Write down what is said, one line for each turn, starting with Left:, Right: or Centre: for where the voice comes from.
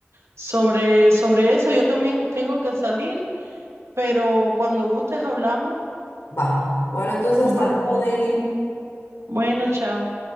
Right: sobre, sobre eso. Yo también tengo que salir, pero cuando gustes hablamos.
Left: Va. Bueno, entonces
Right: Va.
Left: hasta luego, Daylin.
Right: Bueno, chao.